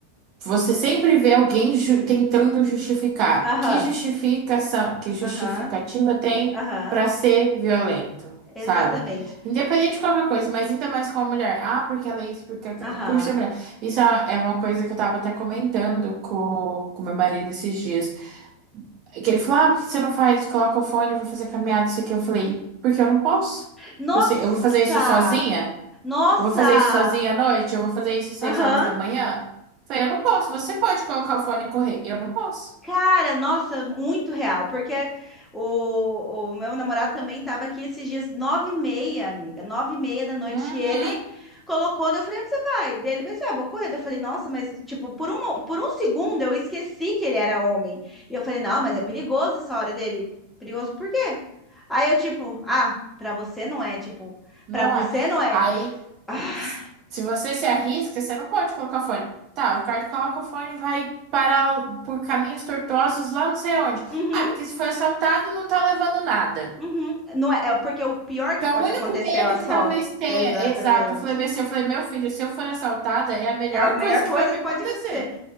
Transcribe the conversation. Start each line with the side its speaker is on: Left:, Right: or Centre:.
Right: você sempre vê alguém ju- tentando justificar.
Centre: Aham,
Right: Que justificação, que justificativa
Centre: aham,
Right: tem
Centre: aham,
Right: para ser violento,
Centre: exatamente.
Right: sabe? Independente de qualquer coisa, mas ainda mais com a mulher. Ah, porque ela é isso, porque aquela,
Centre: Aham.
Right: por ser mulher. Isso é é uma coisa que eu tava até comentando com com meu marido esses dias. Que ele falou, ah, por que você não faz? Coloca o fone, e vai fazer caminhada, isso aqui. Eu falei, porque eu não posso.
Centre: Nossa!
Right: Falei assim, eu vou fazer isso sozinha?
Centre: Nossa!
Right: Eu vou fazer isso sozinha à noite? Eu vou fazer isso seis
Centre: Aham.
Right: horas da manhã? Falei, eu não posso. Você pode colocar o fone e correr. Eu não posso.
Centre: Cara, nossa, muito real, porque o, o meu namorado também estava aqui esses dias, nove e meia, amiga, nove e meia da noite,
Right: Uhum,
Centre: e ele colocou, daí eu falei, onde você vai? Daí ele pensou, ah, vou correr, Daí eu falei, nossa, mas, tipo, por um, por um segundo eu esqueci que ele era homem, e eu falei, não, mas é perigoso essa hora dele, perigoso por quê? Aí eu, tipo, ah, pra você não é, tipo,
Right: não
Centre: pra você
Right: é.
Centre: não é,
Right: Aí,
Centre: <laughs>
Right: s- se você se arrisca, você não pode colocar o fone. Tá, o Ricardo coloca o fone e vai parar por caminhos tortuosos lá não sei onde.
Centre: uhum,
Right: Ah, porque se foi assaltado, não tá levando nada.
Centre: uhum, não é, é porque o pior que
Right: Que é
Centre: pode
Right: o único
Centre: acontecer
Right: medo
Centre: é o assalto,
Right: que talvez tenha.
Centre: exatamente.
Right: Exato. Eu falei bem assim, eu falei, meu filho, se eu for assaltada, é a melhor
Centre: É a melhor
Right: coisa
Centre: coisa
Right: que vai me
Centre: que
Right: acontecer.
Centre: pode acontecer.